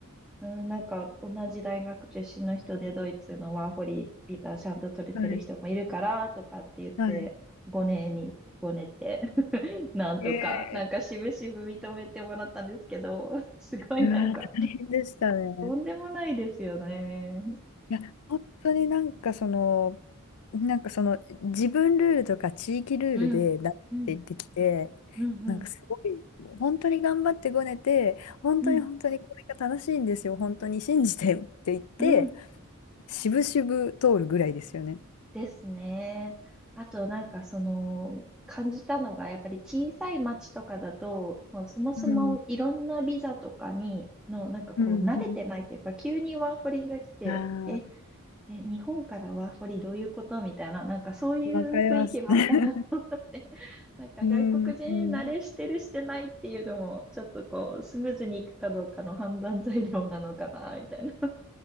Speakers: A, in the centre; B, on the left.
A: うん、なんか同じ大学出身の人でドイツのワーホリビザちゃんと取れてる人もいるからとかって言って、
B: はい。はい
A: 5年に、5年って、<laughs> なんとか、
B: ええ
A: なんか渋々認めてもらったんですけど、すごいなんか、
B: うわ、大変でしたね。
A: とんでもないですよね。
B: いや、本当になんかその、なんかその、自分ルールとか地域ルールでダメって言ってきて、
A: うん、うん、うん、うん、
B: なんかすごい、本当に頑張ってごねて、本当に本当にこれが正しいんですよ、
A: うん、
B: 本当に信じてって言って、
A: うん。
B: しぶしぶ通るぐらいですよね。
A: ですね。あとなんかその感じたのがやっぱり小さい町とかだともうそもそもいろんなビザとかにのなんかこう慣れてないというか急にワーホリが来てえ、
B: うん、うん、うん。あ
A: え、日本からワーホリどういうことみたいななんかそういう雰囲気もあったなっ
B: あ、わかります。<laughs>
A: て <laughs> なんか外国人慣れしてるしてないっていうのもちょっとこうスムーズにいくかどうかの判断材料なのかなみたいな。
B: うん、うん。